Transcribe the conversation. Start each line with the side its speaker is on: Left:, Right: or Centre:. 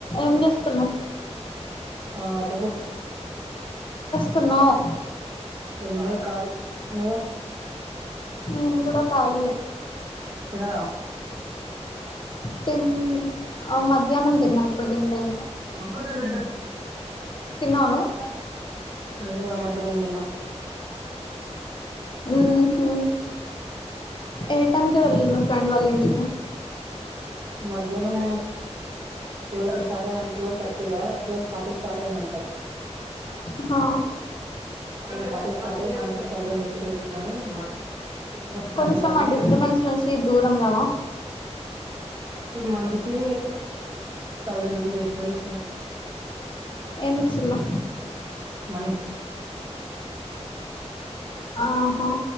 Left: ఏం చేస్తున్నవ్
Right: ఆ చెప్పు
Left: స్తున్నావ్
Right: ఉన్నదే కాలి నువ్
Left: నేను కూడా కాలియే
Right: తీనారా
Left: తిన్ ఆ మధ్యాహ్నం తిన్నా ఇప్పుడు తినలే ఇంకా
Right: తప్పతస
Left: తిన్నావా నువ్వు
Right: నేను కూడా మధ్యాహ్నం తిన్న
Left: ఉహు ఏ టైంకి వెళ్ళిళ్ళు మీ ఫ్రెండ్ వాళ్ళ ఇంటికి?
Right: మధ్యాహ్నం ట్వెల్ కి స్టార్ట్ అయినం ట్వెల్వ్ థర్టీ ఆ ట్వెల్వ్ ఫార్టీకి స్టార్ట్ అయినం ఇక్కడ
Left: హ
Right: థర్టీ కి స్టార్ట్ అయి మనిషికి థౌసండ్ రూపీస్ ఏసుకొని ఇచ్చినప్పుడు
Left: కొంచెం
Right: నైన్ థౌజండ్
Left: ఆ డిస్టర్బెన్స్ నుంచి దూరం రావా
Right: మనిషికి థౌజండ్ రూపీస్ ఏసుకొని ఇచ్చినం
Left: ఏమిచ్చిల్లు
Right: మనీ
Left: ఆహ